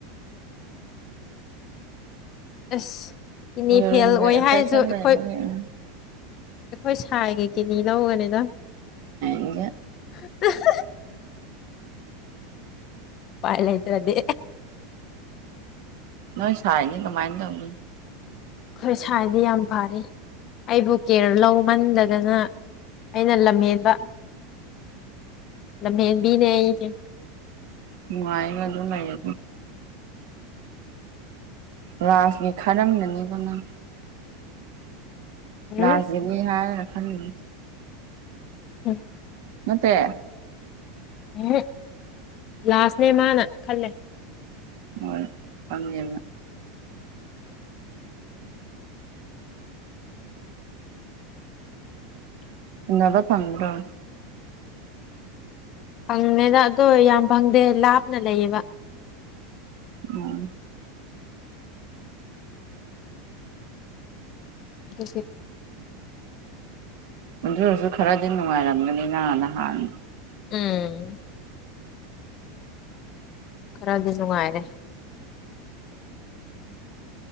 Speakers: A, on the left; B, on the right.
A: ꯑꯁ ꯏꯅꯤ
B: ꯌꯨꯔꯤꯟꯒꯤ
A: ꯐꯦꯜ ꯑꯣꯏ
B: ꯑꯦꯐꯦꯛꯁꯟ
A: ꯍꯥꯏꯔꯁꯨ ꯑꯩꯈꯣꯏ
B: ꯂꯩꯕꯒꯤ
A: ꯑꯩꯈꯣꯏ
B: ꯎꯝ
A: ꯁꯥꯏꯒ ꯀꯦꯅꯤ ꯂꯧꯒꯅꯤꯅ
B: ꯏꯒ <unintelligible>
A: <inaudible> ꯎꯄꯥꯏ ꯂꯥꯏꯇꯔꯗ
B: ꯅꯣꯏ ꯁꯥꯏꯗꯤ ꯀꯃꯥꯏꯅ ꯇꯧꯔꯤ
A: ꯑꯩꯈꯣꯏ ꯁꯥꯢꯗꯤ ꯌꯥꯝ ꯐꯔꯤ ꯑꯩꯕꯨ ꯀꯦꯔ ꯂꯧꯃꯟꯗꯗꯅ ꯑꯩꯅ ꯂꯝꯍꯦꯟꯕ ꯂꯝꯍꯦꯟꯕꯤꯅꯦ ꯑꯩꯗ
B: ꯅꯨꯡꯉꯥꯏꯔꯒ ꯑꯗꯨꯝ ꯂꯩꯔꯗꯤ ꯂꯥꯁꯀꯤ ꯈꯔꯝꯅꯅꯤꯕ ꯅꯪ <unintelligible>
A: ꯎꯝ
B: ꯅꯔꯖ ꯍꯥꯏ <unintelligible>
A: ꯎꯝ
B: ꯅꯠꯇꯦ
A: ꯎꯝ ꯂꯥꯁꯅꯦ ꯃꯥꯅ ꯈꯜꯂꯦ
B: ꯃꯣꯏ ꯄꯪꯉꯦꯕ ꯅꯕ ꯄꯝꯔꯣ <unintelligible>
A: ꯐꯪꯅꯦꯗ ꯑꯗꯨꯣ ꯌꯥꯝ ꯐꯪꯗꯦ ꯂꯥꯞꯅ ꯂꯩꯌꯦꯕ
B: ꯑꯣ
A: ꯑꯗꯨꯁꯨ
B: ꯑꯗꯨ ꯑꯣꯢꯔꯁꯨ ꯈꯔꯗꯤ ꯅꯨꯡꯉꯥꯏꯔꯝꯒꯅꯤ ꯅ ꯅꯍꯥꯟ
A: ꯎꯝ ꯈꯔꯗꯤ ꯅꯨꯡꯉꯥꯏꯔꯦ